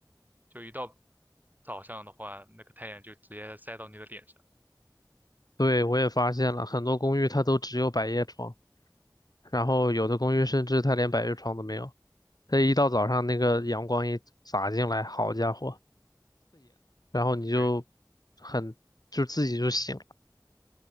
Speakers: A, on the right; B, on the left.
A: 就一到早上的话，那个太阳就直接晒到你的脸上。
B: 对，我也发现了，很多公寓它都只有百叶窗。然后有的公寓甚至它连百叶窗都没有，它一到早上那个阳光一洒进来，好家伙，然后你就
A: 对，
B: 很就自己就醒了。